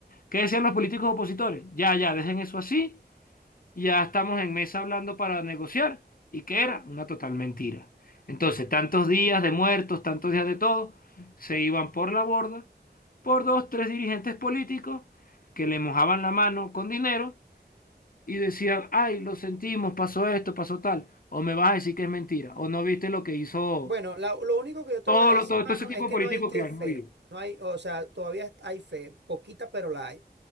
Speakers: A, on the left; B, on the right.
A: ¿Qué decían los políticos opositores? Ya, ya, dejen eso así, ya estamos en mesa hablando para negociar, y que era una total mentira. Entonces, tantos días de muertos, tantos días de todo, se iban por la borda por dos, tres dirigentes políticos que le mojaban la mano con dinero y decían, ay, lo sentimos, pasó esto, pasó tal, o me vas a decir que es mentira, o no viste lo que hizo
B: Bueno, la- lo único que yo te
A: todo,
B: voy a decir,
A: lo- todo,
B: mano,
A: todo ese tipo
B: es
A: de
B: que
A: políticos
B: no hay que
A: que han
B: fe.
A: habido.
B: No hay, o sea, todavía hay fe, poquita, pero la hay.